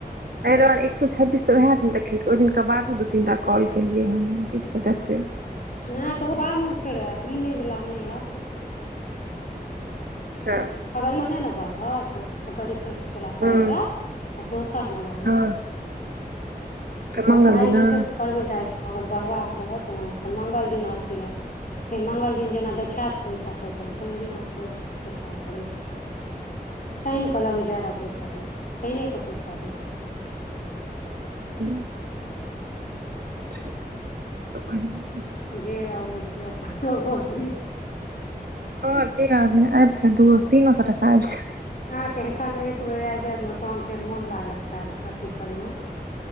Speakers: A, on the right; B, on the left.
A: तय दुआरे एक सए छब्बीस तऽ उहे दिन देखेलकै ओहि दिनका बादो दू तीन टा कॉल केलियै हन किछ तऽ देतै।
B: नै तऽ ओ बादमे फेर ऐत ई नै वला मे फेर नइ ऐत। <inaudible>
A: <inaudible>
B: अगड इ में नै ने बढ़त अगर इफेक्स केलासँ
A: हँ
B: आइब जैत तऽ दोसर मला में
A: हँ
B: ऐत।
A: तऽ
B: हँ
A: मंगल
B: काइ
A: दिना
B: रिफेक्स करबै राइत मे अगर बढ़बाक रहत त हँ तहन मंगल दिन अथी ऐत। फेर मंगल दिन जेना देखैत पैसा फेर तहन शइन दिना छोड़त सेकए करै छै शैन के लगै जादा पैसा दै छै शैने क पैसा दै छै।
A: <inaudible> चलु त बढ़ियां
B: जे अबै छै अपन अबऽ दियौ।
A: हं जे आबयै आइब जैए। दूओ-तीनो सए टका आइब जैऽ।
B: हांके एखन एक बेेर आइब जैत ने तहन फेर मोन लागत काज कथी करयम।